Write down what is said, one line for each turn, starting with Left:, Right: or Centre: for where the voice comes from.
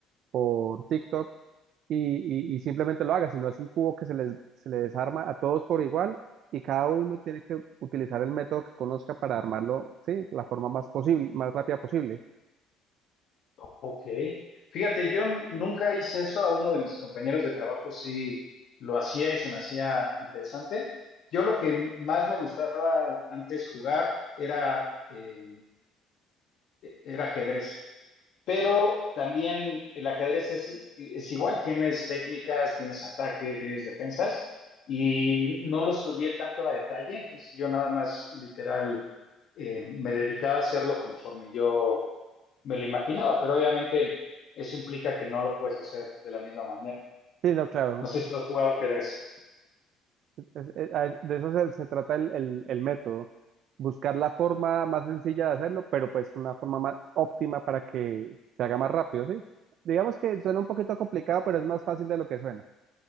Right: por TikTok y, y- y simplemente lo haga, sino es un cubo que se les, se le desarma a todos por igual y cada uno tiene que utilizar el método que conozca para armarlo, sí, la forma más posible, más rápida posible.
Left: Ok. Fíjate, yo n- nunca hice eso, a uno de mis compañeros de trabajo sí lo hacía y se me hacía interesante. Yo lo que más me gustaba antes jugar era, eh, era ajedrez. Pero también el ajedrez es, i- es igual, tienes técnicas, tienes ataques, defensas, y no lo estudié tanto a detalle, entonces yo nada más literal eh, me dedicaba a hacerlo conforme yo me lo imaginaba, pero obviamente eso implica que no lo puedes hacer de la misma manera.
Right: Sí, no, claro,
Left: No sé si tú has jugado ajedrez.
Right: Es- eh, a es- de eso se, se trata el, el- el método, buscar la forma más sencilla de hacerlo, pero pues una forma más óptima para que se haga más rápido, ¿sí? Digamos que suena un poquito complicado, pero es más fácil de lo que suena.